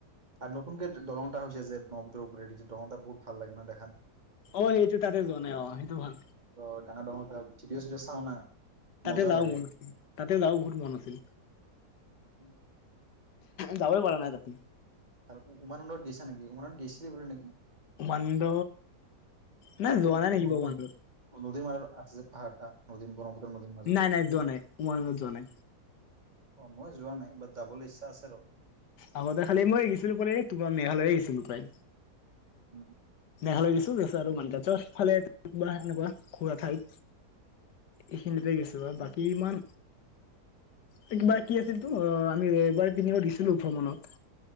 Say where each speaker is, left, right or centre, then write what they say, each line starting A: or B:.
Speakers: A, on the right; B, on the left.
A: আৰু নতুনকে দ দলং এটা হৈছে যে ব্ৰহ্মপুত্ৰৰ ওপৰেদি যে দলংটা বহুত ভাল লাগে ন দেখাত।
B: অঁ সেইটো তাতে যোৱা নাই, অঁ সেইটো ভাল।
A: অঁ ডাঙৰ- ডাঙৰ <unintelligible> টিবিয়ে চিবিয়ে চাও না।
B: তাতে
A: মজা
B: যাব
A: লাগে
B: মন আছিল, তাতে যাব বহুত মন আছিল।
A: উম।
B: যাবই পৰা নাই
A: আৰু-
B: তাতে
A: আৰু উমানন্দত গেছ নেকি উমানন্দত গেছিলি বুলে নেকি।
B: উমানন্দ নাই যোৱা
A: ন-
B: নাই নেকি বাৰু
A: ন
B: উমানন্দত
A: নদীৰ মাজত আছে যে পাহাৰটা, নদীৰ ব্ৰহ্মপুত্ৰ নদীৰ মাজত,
B: নাই নাই যোৱা নাই উমানন্দত যোৱা নাই
A: অ মই যোৱা নাই। এবাৰ যাবলৈ ইচ্ছা আছে ৰ।
B: আগতে খালি মই গিছিলো পৰে, তোমাৰ মেঘালয়ে গিছিলো প্ৰায়।
A: উম
B: মেঘালয় গৈছো আৰু মান্তা চ চবফালে এনেকুৱা সেনেকোৱা ঘূৰা ঠাইত এইখিনিতে গৈছো
A: ঠিকে
B: আৰু বাকী
A: আছে
B: ইমান এ কিবা কি আছিল, তো অঁ আমি এবাৰ পিকনিকত গিছিলোঁ। ভ্ৰমণত।